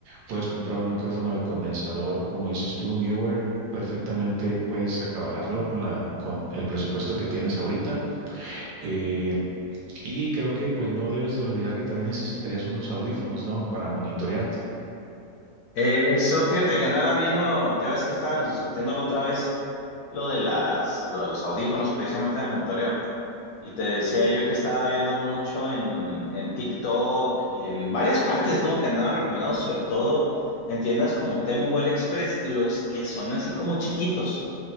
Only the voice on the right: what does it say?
puedes comprar un micrófono de condensador, como dices tú, Newer. Perfectamente puedes acabalarlo con la, con el presupuesto que tienes ahorita. Eh, Y creo que pues no debes de olvidar que también necesitarías unos audífonos, ¿no? Para monitorearte.